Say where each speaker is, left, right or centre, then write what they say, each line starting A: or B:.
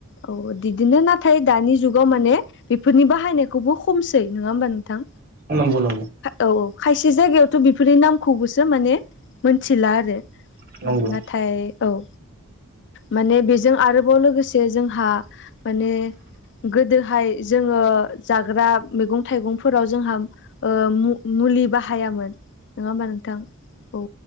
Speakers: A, on the left (about 55°); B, on the right (about 45°).
A: औ बिदिनो नाथाय दानि जुग गाव माने बेफोरनि बाहायनायखौबो खमसै नङा हबा नोंथां
B: नंगौ नंगौ
A: औ औ खायसे जायगायावथ' बेफोरनि नामखौबोसो माने मोनथिला आरो
B: नंगौ
A: नाथाय औ माने बेजों आरोबाव लोगोसे जोंहा माने गोदोहाय जोङो जाग्रा मैगं थाइगंफोराव जोंहा ओ मुलि बाहायामोन नङा होमबा नोंथां औ